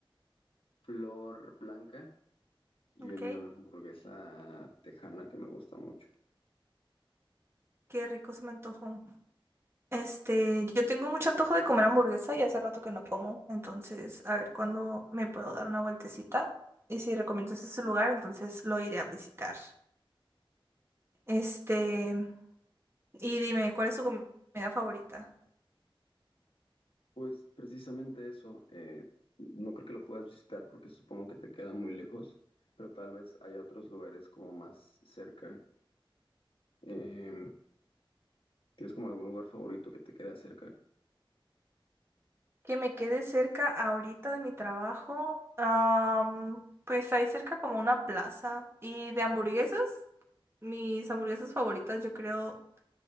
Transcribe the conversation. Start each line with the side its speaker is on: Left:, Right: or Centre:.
Left: Flor Blanca y
Right: Ok,
Left: venden una hamburguesa tejana que me gusta mucho.
Right: qué rico se me antojó. Este, yo tengo mucho antojo de comer hamburguesa y hace rato que no como. Entonces, a ver cuándo me puedo dar una vueltecita. Y si recomiendas ese lugar, entonces lo iré a visitar. Este, y dime, ¿cuál es tu comida favorita?
Left: Pues precisamente eso, eh, no creo que lo puedas visitar porque supongo que te queda muy lejos, pero tal vez hay otros lugares como más cerca. Em, ¿tienes como algún lugar favorito que te quede cerca?
Right: Que me quede cerca ahorita de mi trabajo. am, pues hay cerca como una plaza. Y de hamburguesas, mis hamburguesas favoritas, yo creo,